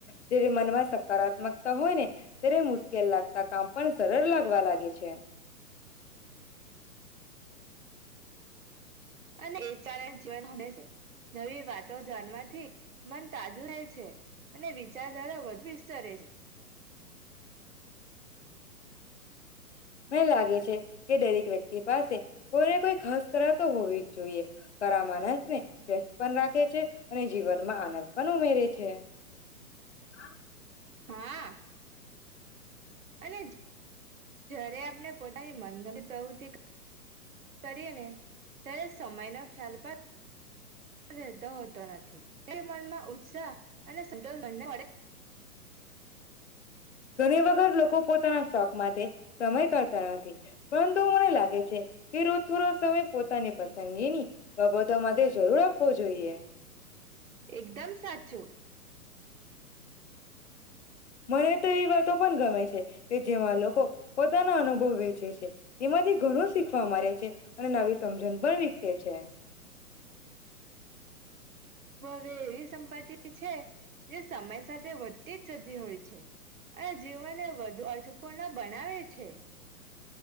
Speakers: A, on the left; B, on the right.
A: જે્યારે મનમાં સકારાત્મકતા હોય ને ત્યારે મુ કેલા કામ પણ સરળ લાગવા લાગે છે.
B: અને જીવન હમે નવી વાતો જાણવાથી મન તાજુ રહે છે અને વિચારધારા વધુ વિસ્તરે છે.
A: મં લાગે છે કે દરેક વ્યક્તિ પાસે કોઈને કોઈ ખસ કરાતો હોવી જ જોઈએ કરા માનસને વ્યસ્ત પણ રાખે છે અને જીવનમાં આનંદ પણ ઉમેરે છે. હા.
B: હા અને જ્યારે આપણે પોતાની મનગમતી પ્રવૃતિ કરીએ ને ત્યારે સમય નો ખ્યાલ પણ રહેતો હોતો નથી એ મનમાં ઉત્સાહ અને સ મળે
A: ઘણી વખત લોકો પોતાના શોખ માટે સમય કરતા નથી પરંતુ મને લાગે છે કે રોજ થોડો સમય પોતાની પસંદગીની બાબતો માટે જરૂર આપવો જોઈએ.
B: એકદમ સાચું
A: મને તો એ વાતો પણ ગમે છે કે જેમાં લોકો પોતાનો અનુભવ વેચે છે તેમાંથી ઘણું શીખવા મારે છે અને નવી સમજણ પણ વિકસે છે.
B: હ એવી સંપત્તિ છે જે સમય સાથે વધતી જ જતી હોય છે. અને જીવન એ વધુ અર્થપૂર્ણ બનાવે છે.